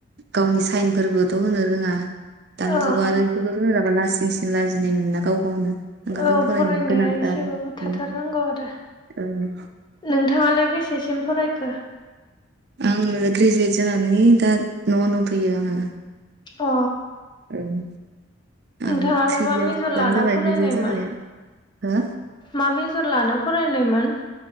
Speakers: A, on the right (about 50°); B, on the left (about 20°).
A: गावनि साइनफोरबोथ' होनो रोङा दानि
B: ओं
A: जुगाव आरो बेफोरखौ राबा लासिं सिं लाजिनाय मोना गाव गावनो ओंखायनोथ'
B: औ फरायनाया
A: गोनांथार
B: एसेबाबो
A: आरो
B: थाथारनांगौ
A: उम
B: आरो
A: ओं
B: नोंथाङालाय बेसेसिम फरायखो?
A: आङो ग्रेजुवेट जानानै दा न'आवनो दंथैयो आङो।
B: अ
A: उम
B: नोंथाङालाय
A: आं थ्रि
B: मा
A: इयार्सानो
B: मेजर लाना
A: जाबाय
B: फरायनायमोन
A: ग्रेजुवेट जानाया हो
B: मा मेजर लाना फरायनायमोन?